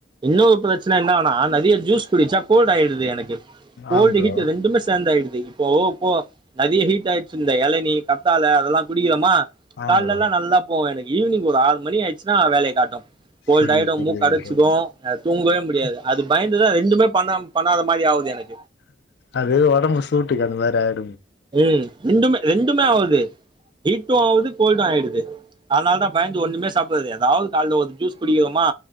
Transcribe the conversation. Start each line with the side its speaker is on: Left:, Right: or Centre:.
Right: இன்னொரு பிரச்சன என்னனா நெறய ஜூஸ் குடிச்சா கோல்டு ஆயிடுது எனக்கு கோல்டு
Left: ஆ ப்ரோ
Right: ஹுட் ரெண்டுமே சேர்ந்து ஆயிடு இப்போ இப்போ நெறய ஹீட் ஆயிடுச்சி இந்த எளநி கத்தால அதெலா குடிக்கிறோமா
Left: ஆ
Right: கால்ல
Left: ப்ரோ
Right: எல்லா நல்லா போவு எனக் ஈவினிங் ஒரு ஆறு மணி ஆய்ச்சினா வேலய காட்டு கோல்ட்
Left: புரியுது
Right: ஆயிடு
Left: புரியுது
Right: மூக்கு அடச்சுடூ
Left: ப்ரோ
Right: தூங்கவே முடியாது அது பயந்துதா ரெண்டுமே பண்ணம் பண்ணாத மாரி ஆவுது எனக்
Left: அது ஒடம்பு சூட்டுக்கு அந்த மாரி ஆய்
Right: உம் ரெண்டுமே ரெண்டுமே ஆவுது ஹீட்டு ஆவுது கோல்டு ஆயிடுது அதனால தா பயந்து ஒண்ணுமே சாப்பிடுறது ஏதாவது காலைல ஒரு ஜூஸ் குடிக்கிறோமா